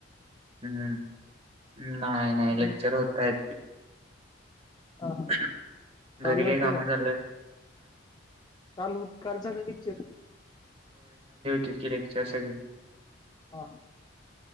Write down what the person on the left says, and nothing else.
हम्म.
हा हा
काल झालती
काय
काल हो काल झाले नचर
हा